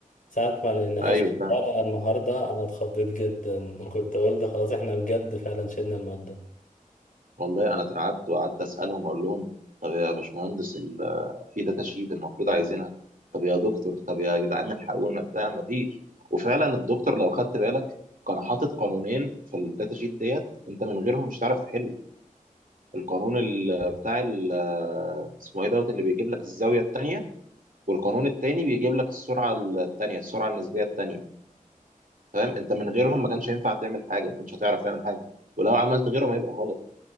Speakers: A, on the left; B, on the right.
A: ساعة ما لقيناهاش
B: ايوه
A: في
B: فعلا
A: الورقة النهارده انا اتخضيت جدا <laughs> كنت قلت خلاص احنا بجد فعلا شلنا المادة
B: والله انا اترعبت وقعدت اسالهم اقول لهم طب يا باشمهندس ال- في داتا شيت المفروض عايزينها طب يا دكتور طب يا جدعان الحقونا بتاع ما فيش وفعلا الدكتور لو خدت بالك كان حاطط قانونين في الداتا شيت ديت انت من غيرهم مش هتعرف تحل القانون ال- بتاع ال- اسمه ايه دوت اللي بيجيب لك الزاويه الثانيه والقانون الثاني بيجيب لك السرعه الثانيه السرعه النسبيه الثانيه فاهم انت من غيرهم ما كانش ينفع تعمل حاجه ما كنتش هتعرف تعمل حاجه ولو عملت غيره ما يبقى غلط